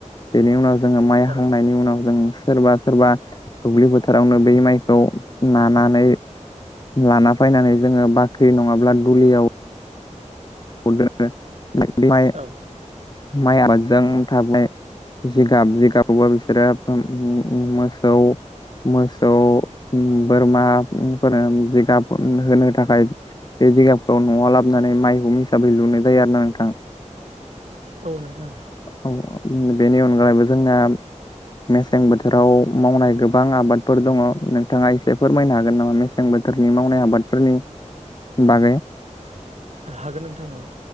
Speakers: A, on the left; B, on the right.
A: बेनि उनाव जोङो माइ हाखांनायनि
B: औ
A: उनाव जों सोरबा सोरबा दुब्लि फोथारावनो बै माइखौ नानानै लाना फैनानै जोङो बाख्रि नङाब्ला दुलियाव <inaudible> माइ
B: औ
A: आबादजों थाबनाय जिगाब जिगबखौबा बिसोरो उ उ उ मोसौ मोसौ बोरमाफोरा जिगाब होनो थाखाय जिगाबखौ नआव लाबनानै माइहुं हिसाबै लुनाय जायो आरोना नोंथां
B: औ नोंथां
A: <inaudible> औ बेनि अनगायैबो जोंना मेसें बोथोराव मावनाय गोबां आबादफोर दङ नोंथाङा एसे फोरमायनो हागोन नामा मेसें बो <unintelligible> नि मावनाय आबादफोरनि बागै
B: हागोन नोंथां औ